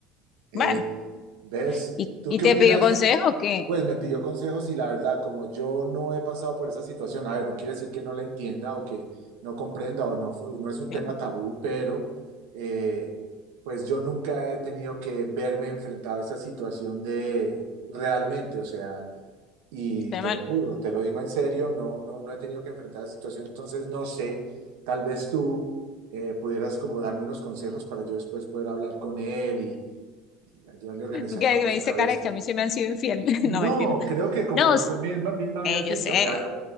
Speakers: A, on the right; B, on the left.
A: Eh,
B: bueno.
A: ¿ves?
B: ¿Y,
A: ¿Tú
B: y
A: qué
B: te
A: opinas?
B: pidió consejo o qué?
A: Pues me pidió consejos y la verdad, como yo no he pasado por esa situación, a ver, no quiere decir que no la entienda o que no comprenda o no, fue- no es un
B: Claro,
A: tema tabú, pero eh, pues yo nunca he tenido que verme enfrentado a esa situación de realmente, o sea Y
B: está
A: te
B: mal.
A: lo juro, te lo digo en serio, no, no, no he tenido que enfrentar la situación, entonces no sé, tal vez tú eh, pudieras como darme unos consejos para yo después poder hablar con él y, y ayudarle a organizar
B: Tú que
A: como
B: me
A: su
B: dice
A: cabeza.
B: cara que a mí sí me han sido infiel. <laughs>
A: No,
B: No, mentira.
A: creo que como
B: No, s-
A: tú misma, misma
B: eh,
A: me has
B: yo
A: dicho,
B: sé.
A: o sea,